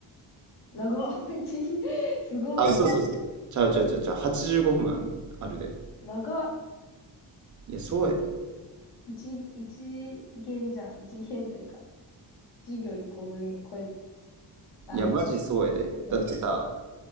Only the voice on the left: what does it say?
長っ <laughs> 一時、すごい、
やば。
長っ。
一、一限じゃん。一限というか。授業1個分これあぐ
らいやな。